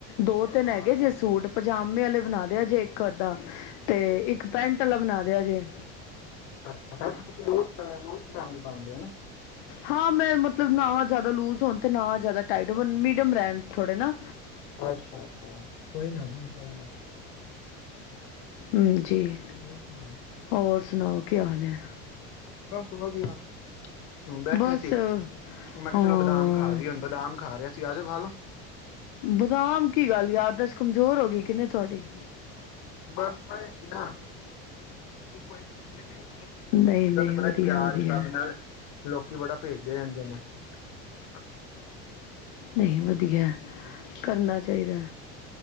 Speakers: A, on the left (about 85°); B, on the left (about 60°).
A: ਦੋ ਤਿੰਨ
B: ਹਾਂ
A: ਹੈਗੇ ਜੇ ਸੂਟ ਪਜਾਮੇ ਆਲੇ ਬਣਾ ਦਿਆ ਜੇ ਇੱਕ ਅੱਧਾ, ਤੇ ਇੱਕ ਪੈਂਟ ਵਾਲਾ ਬਣਾ ਦਿਆ ਜੇ।
B: ਅੱਛਾ ਜੀ, ਲੋਰ ਲੋਅਰ ਪਜਾਮੇ ਪਾਉਂਦੇ ਆ ਨਾ?
A: ਹਾਂ ਮੈਂ ਮਤਲਬ ਨਾ ਜ਼ਿਆਦਾ ਲੂਜ ਹੋਣ ਤੇ ਨਾ ਜ਼ਿਆਦਾ ਟਾਈਟ ਹੋ ਮੀਡੀਅਮ ਰਹਿਣ ਥੋੜੇ ਨਾ
B: ਅੱਛਾ-ਅੱਛਾ, ਕੋਈ ਨਾ ਜੀ, ਕੋਈ ਨਾ
A: ਹੂੰ ਜੀ,
B: ਹੋਰ ਸੁਣਾ?
A: ਹੋਰ? ਸੁਣਾਓ ਕੀ ਹਾਲ ਆ?
B: ਬਸ ਵਧੀਆ ਹੂੰ, ਬੈਠੇ
A: ਬਸ
B: ਸੀ ਮੈਂ ਕਿਹਾ
A: ਹਾਂ
B: ਚਲੋ ਬਦਾਮ ਖਾ ਲਈਏ ਹੁਣ ਬਦਾਮ ਖਾ ਰਿਹਾ ਸੀ। ਆਜੋ ਖਾ ਲੋ।
A: ਬਦਾਮ ਕੀ ਗੱਲ ਯਾਦਾਸਤ ਕਮਜ਼ੋਰ ਹੋ ਗਈ ਕਿਹਨੇ ਤੁਹਾਡੀ
B: ਬਸ ਪੇ ਸੀਗੇ। ਕਿਸੇ ਬਸ ਕਿਸੇ ਨੇ ਭੇਜੇ ਸੀਗੇ ਮੈਨੂੰ,
A: ਨਹੀਂ
B: ਮੇਰਾ
A: ਨਹੀਂ
B: ਤੇ ਬੜਾ
A: ਵਧੀਆ
B: ਹੀ ਪਿਆਰ
A: ਵਧੀਆ
B: ਹੈ ਸਭ ਨਾਲ ਲੋਕੀ ਬੜਾ ਭੇਜਦੇ ਰਹਿੰਦੇ ਨੇ। <unintelligible>
A: ਨਹੀਂ ਵਧੀਆ ਕਰਨਾ ਚਾਹੀਦਾ।